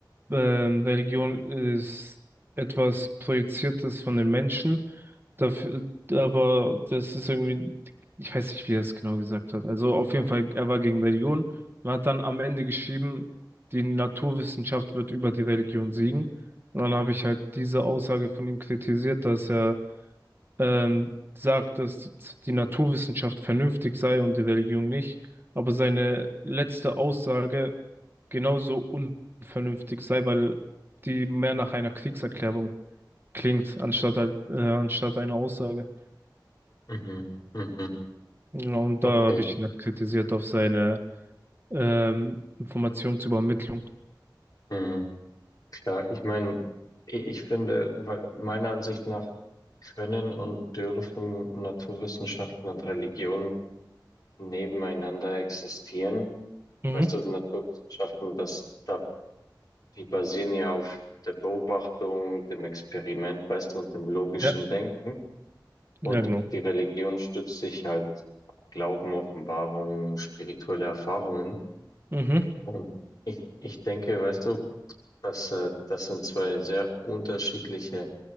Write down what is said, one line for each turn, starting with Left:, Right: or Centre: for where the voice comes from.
Right: ähm, Religion ist etwas Projiziertes von den Menschen, dafür, aber das ist irgendwie, ich weiß nicht, wie er es genau gesagt hat. Also auf jeden Fall, er war gegen Religion und hat dann am Ende geschrieben, die Naturwissenschaft wird über die Religion siegen. Und dann habe ich halt diese Aussage von ihm kritisiert, dass er ähm, sagt, dass die Naturwissenschaft vernünftig sei und die Religion nicht, aber seine letzte Aussage genauso unvernünftig sei, weil die mehr nach einer Kriegserklärung klingt, anstatt, halt- äh, anstatt einer Aussage.
Left: Mhm, mhm,
Right: Genau, und
Left: okay.
Right: da habe ich ihn halt kritisiert auf seine ähm, Informationsübermittlung.
Left: Mhm. Klar, ich meine, ich, ich finde, we- meiner Ansicht nach können und dürfen Naturwissenschaften und Religion nebeneinander existieren
Right: Mhm.
Left: Weißt du, Naturwissenschaften, das, da, die basieren ja auf der Beobachtung, dem Experiment, weißt du, und dem logischen
Right: Ja,
Left: Denken. Und
Right: ja, genau.
Left: die Religion stützt sich halt am Glauben, Offenbarungen, spirituelle Erfahrungen.
Right: Mhm.
Left: Und ich, ich denke, weißt du, dass, äh, das sind zwei sehr unterschiedliche,